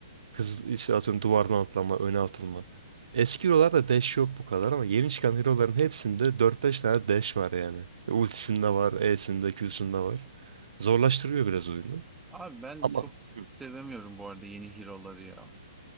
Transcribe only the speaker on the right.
Hız işte atıyorum duvardan atlama, öne atılma. Eski hero'larda dash yok bu kadar ama yeni çıkan hero'ların hepsinde dört beş tane dash var yani. E, Ultisinde var, E'sinde, Q'sunda var. Zorlaştırıyor biraz oyunu.
Ama
Hı.